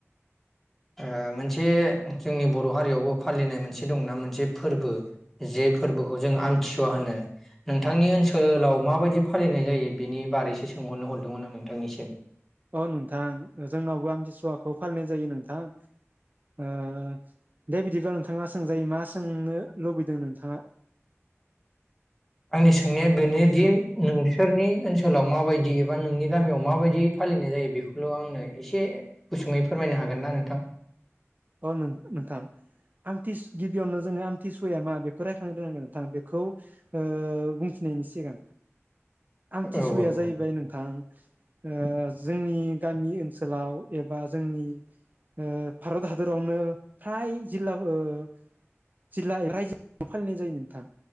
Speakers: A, in the centre; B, on the right (about 40°).
A: ओ मोनसे जोंनि बर' हारियावबो फालिनाय मोनसे दंना मोनसे फोरबो जे फोरबोखौ जों आमथिुवा होनो नोंथांनि ओनसोलाव माबायदि फालिनाय जायो बेनि बारैसो सोंहरनो हरदोंमोन आं नोंथांनिसिम
B: औ नोंथां जोंनावबो आमथिसुवाखौ फालिनाय जायो नोंथां ओ दे बिदिबा नोंथांङा सोंजायो मा सोंनो लुबैदों नोंथांङा
A: आंनि सोंनाया बेनोदि नोंसोरनि ओनसोलाव माबायदि एबा नोंनि गामियाव माबायदि फालिनाय जायो बेखौल आंनो एसे गुसुङै फोरमायनो हागोन ना नोंथां?
B: अ नो नोंथां आमथि गिबियावनो जोंङो आमथिसुवाया मा बेखौ रायखांगोरनांगोन नोंथां बेखौ ओ बुंथिनायनि सिगां आमथिसुवाया
A: औ
B: जाहैबाय
A: औ
B: नोंथां ओ जोंनि गामि ओनसोलाव एबा जोंनि ओ भारत हादर रावनो फ्राय जिल्ला ओ जिल्ला रायजो फालिनाय जायो नोंथां।